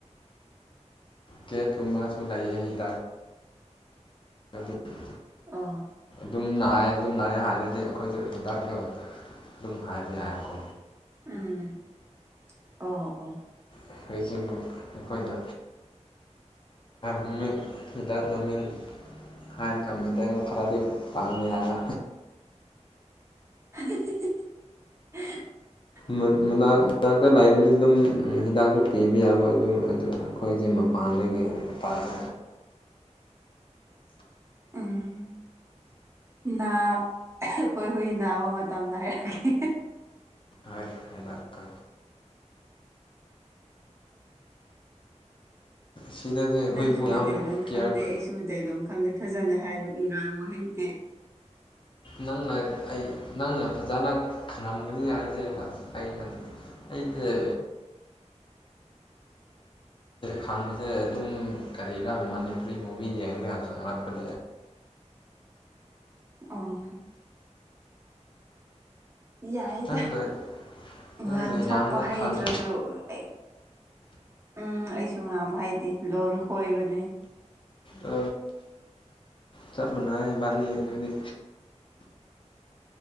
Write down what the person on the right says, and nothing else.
ꯑꯥ
ꯎꯝ ꯑꯣ ꯑꯣ
<unintelligible>
<unintelligible> ꯑꯥ ꯅꯥ ꯑꯩꯈꯣꯏ ꯍꯨꯏ ꯅꯥꯕ ꯃꯇꯝꯗ ꯍꯥꯏꯔꯛꯀꯦ
ꯅꯪꯁꯨ ꯃꯩꯇꯩꯂꯣꯟꯣꯟ
ꯈꯪꯗꯦ ꯑꯩꯁꯨ ꯃꯩꯇꯩꯂꯣꯟ ꯈꯪꯗꯦ ꯐꯖꯅ ꯍꯥꯏꯕ ꯅꯨꯡꯉꯡꯕ ꯍꯩꯇꯦ
<unintelligible>
ꯑꯣ ꯌꯥꯏꯗ
ꯉꯥꯡ
ꯊꯣꯛꯣꯛꯄ
ꯍꯩꯗ꯭ꯔꯁꯨ
ꯑꯩ ꯎꯝ ꯑꯩꯁꯨ ꯉꯥꯡꯕ ꯍꯥꯏꯇꯦ ꯂꯣꯟ ꯈꯣꯏꯕꯅꯤ